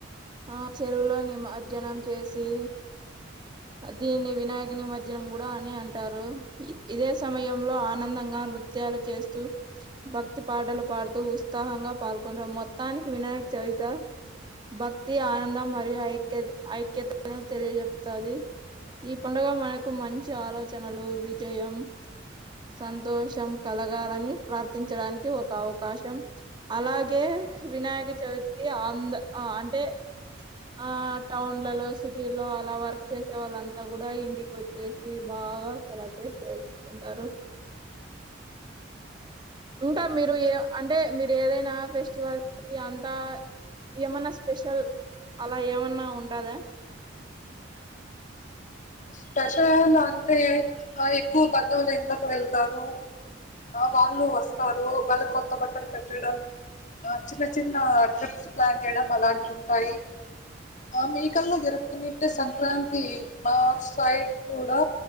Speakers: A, on the right; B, on the left.
A: ఆ చెరువులో నిమార్జానం చేసి దీన్ని వినాయక నిమజ్జనం కూడా అని అంటారు ఇదే సమయంలో ఆనందంగా నృ త్యలు చేస్తూ భక్తి పాటలు పాడుతూ ఉత్సాహంగా పాల్గొంటం మొత్తానికి వినాయక్ చవిత భక్తి ఆనందం మరియు ఐక్య ఐక్యతను తెలియజెప్తది ఈ పండుగ మనకు మంచి ఆలోచనలు విజయం సంతోషం కలగాలని ప్రార్థించడానికి ఒక అవకాశం అలాగే వినాయక చవితి ఇ అంద్ అ అంటే ఆ టౌన్లలో సిటీలో అలా వర్క్ చేసే వాళ్ళంతా కూడా ఇంటికోచ్చేసి బా బాగా సెలబ్రేట్ చేస్కూంటారు ఇంకా మీరు ఏ అంటే మీరేదైనా ఫెస్టివల్ కి అంతా ఏమన్నా స్పెషల్ అలా ఏమన్నా ఉంటదా
B: స్పెషల్ అంటే ఆ ఎక్కువ్ బంధువులు ఇళ్ళకు వెళ్తారు ఆ వాళ్ళు వస్తారు వాళ్ళక్ కొత్త బట్టలు పెట్టడం ఆ చిన్న చిన్న ట్రిప్స్ ప్లాన్ చేయడం అలాంటి ఉంటాయి ఆ మీకల్లా జరుపుకున్నట్టే సంక్రాంతి మా సైడ్ కూడా